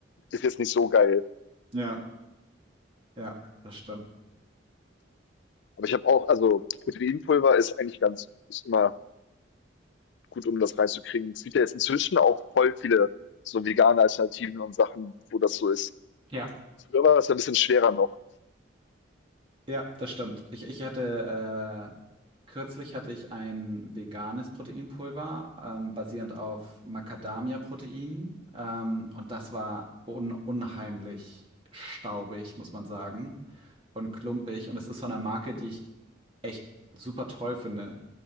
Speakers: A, on the left; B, on the right.
A: ist jetzt nicht so geil.
B: Ja, Ja, das stimmt.
A: Aber ich habe auch, also Proteinpulver ist eigentlich ganz, ist immer gut, um das reinzukriegen. Es gibt ja jetzt inzwischen auch voll viele so vegane Alternativen und Sachen, wo das so ist.
B: Ja,
A: Früher war das ja ein bisschen schwerer noch.
B: ja, das stimmt. Ich, ich hatte, äh, kürzlich hatte ich ein veganes Proteinpulver, ähm, basierend auf Macadamia-Protein. Ähm, und das war un unheimlich staubig, muss man sagen, und klumpig. Und es ist von einer Marke, die ich echt super toll finde.